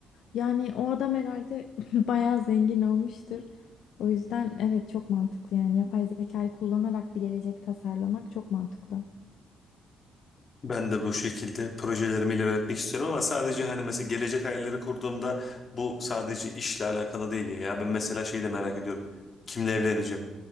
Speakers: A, on the left; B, on the left.
A: Yani o adam herhalde <laughs> bayağı zengin olmuştur. O yüzden evet çok mantıklı yani yapay zekayı kullanarak bir gelecek tasarlamak çok mantıklı.
B: Ben de bu şekilde projelerimi ilerletmek istiyorum ama sadece hani mesela gelecek hayalleri kurduğumda bu sadece işle alakalı değil ya. Ya ben mesela şeyi de merak ediyorum. Kimle evleneceğim?